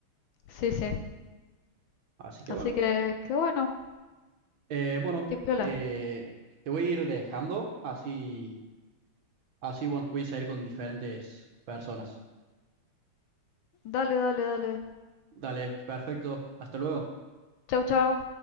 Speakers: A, on the left (about 70°); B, on the right (about 65°).
A: Sí, sí.
B: Así que
A: Así
B: bueno,
A: que, qué bueno,
B: eh, bueno,
A: qué piola.
B: eh, te voy a ir dejando, así, así bueno, voy a salir con diferentes personas.
A: Dale, dale, dale.
B: Dale, perfecto, hasta luego.
A: Chau, chau.